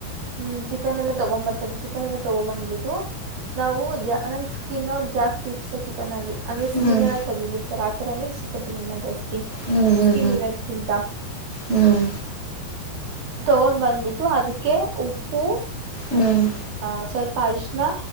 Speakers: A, on the right; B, on the right.
A: ಹ್ಮ್ ಚಿಕನ್ ಎಲ್ಲ ತಗೊಂಡ್ ಬರ್ತಾರೆ ಚಿಕನ್ ಎಲ್ಲ ತಗೋ ಬಂದ್ಬಿಟ್ಟು ನಾವು ನಂಗೆ ಸ್ಕಿನ್ ಔಟ್ ಜಾಸ್ತಿ ಇಸ್ಟ ಚಿಕನ್ ಅಲ್ಲಿ ಅಂದ್ರೆ ಸ್ಕಿನ್
B: ಹ್ಮ್
A: ಎಲ್ಲ ತಗ್ದ್ ಬಿಡ್ತರೆ ಆಥರ ಅಂದ್ರೆ ಇಷ್ಟಪಡ್ತೀನಿ ಇನ್ನು ಜಾಸ್ತಿ
B: ಹ್ಮ್ ಹ್ಮ್
A: ಸ್ಕಿನ್ ಇರೋದಕ್ಕಿಂತ
B: ಹ್ಮ್
A: ತಗೊಂಡ್ ಬಂದ್ಬಿಟ್ಟು ಅದಕ್ಕೆ ಉಪ್ಪು
B: ಹ್ಮ್
A: ಹ ಸ್ವಲ್ಪ ಅರ್ಶಿನ